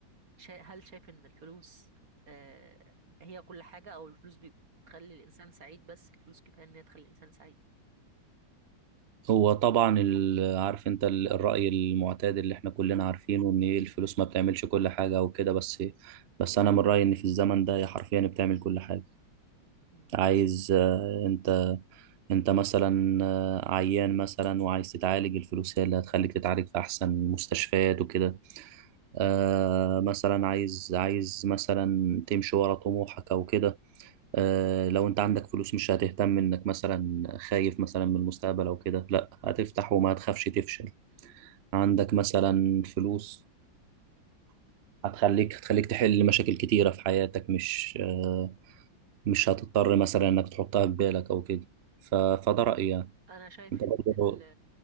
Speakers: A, on the right (about 45°); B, on the right (about 75°).
A: شا... هل شايف ان الفلوس آه... هي كل حاجة او الفلوس بتخلي الانسان سعيد بس الفلوس كفاية ان هي تخلي الانسان سعيد
B: هو طبعا ال- عارف انت ال- الرأي المعتاد اللي احنا كلنا عارفينه ان إيه، الفلوس ما بتعملش كل حاجة وكده بس بس انا من رأيي ان في الزمن ده هي حرفيا بتعمل كل حاجة
A: مم.
B: عايز آه، انت انت مثلا آه، عيان مثلا وعايز تتعالج الفلوس هي اللي هتخليك تتعالج في احسن مستشفيات وكده آه مثلا عايز عايز مثلا تمشي ورا طموحك او كده آه، لو انت عندك فلوس مش هتهتم انك مثلا خايف مثلا من المستقبل او كده لا هتفتح وما تخافش تفشل عندك مثلا فلوس هتخليك هتخليك تحل مشاكل كتيرة في حياتك مش آه، مش هتضطر مثلا انك تحطها في بالك او كده ف- فده رأيي يعني
A: انا شايف
B: انت
A: ان
B: برضه
A: ال...